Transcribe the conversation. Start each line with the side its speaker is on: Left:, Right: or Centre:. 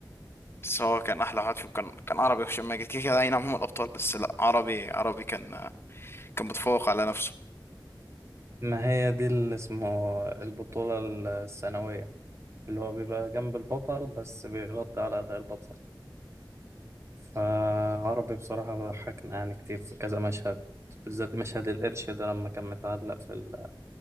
Left: بس هو كان احلى واحد فيهم كان كان عربي وهشام ماجد كده كده اي نعم هم الابطال بس لا عربي عربي كان كان متفوق على نفسه
Right: ما هي دي اللي اسمه البطولة السنوية اللي هو بيبقى جنب البطل بس بيغطي على أداء البطل فعربي بصراحة ضحكنا يعني كتير في كذا مشهد بالذات مشهد القرش ده لما كان متعلق في ال...